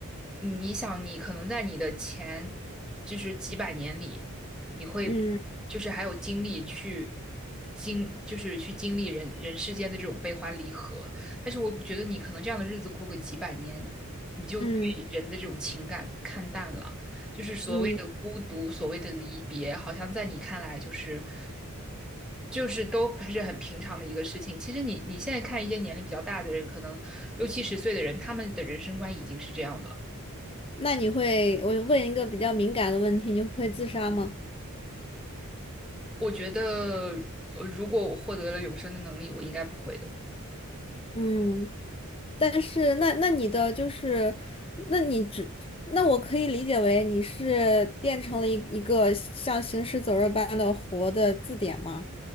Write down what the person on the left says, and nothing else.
嗯
嗯
嗯。
那你会，我问一个比较敏感的问题，你会自杀吗？
嗯，但是那那你的就是，那你只，那我可以理解为你是变成了一一个像行尸走肉般的活的字典吗？